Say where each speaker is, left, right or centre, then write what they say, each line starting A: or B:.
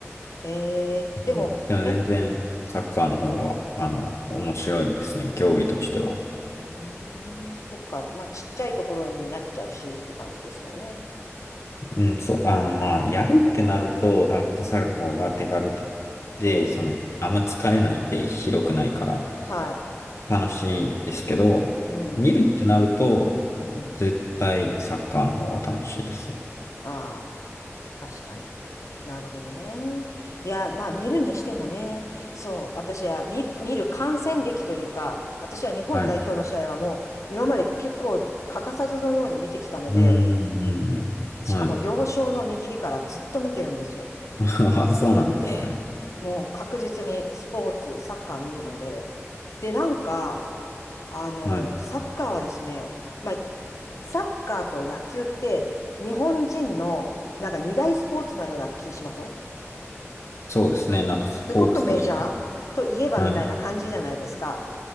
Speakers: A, on the left; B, on the left.
A: へえー、でも、
B: うん。でも全然、
A: やっ
B: サッカーの方が、あの、面白いですね、競技としては。
A: うーん、そっか。まあ、ちっちゃいところになっちゃうしって感じですよね。
B: うん、そう、あの、まあ、やるってなると、フットサルの方が手軽で、でその、
A: うん。
B: あんま疲れないんで、広くないから、
A: はい。
B: 楽しいんですけど、
A: うん。
B: 見るってなると、
A: うん。
B: 絶対サッカーの方が楽しいですね。
A: ああ、確かに。なるほどね。いや、まあ見るにしてもね、そう、私は見る、見る観戦歴というか、私は日本代表の試合はもう今まで結構欠かさずのように見てきたので、
B: はいうん、うん、うんうん。
A: しかも幼少の右利からずっと見てるんですよ。
B: はい。<laughs> あ、そうなんですね。
A: ええ。もう確実にスポーツ、サッカー見るので。で、なんか、あの、
B: はい。
A: サッカーはですね、まあ、サッカーと野球って日本人のなんか二大スポーツなような気しません
B: そうですね。なんかスポーツといえ
A: すごくメジャーといえばみたいな感じじゃないですか。
B: ば。はい。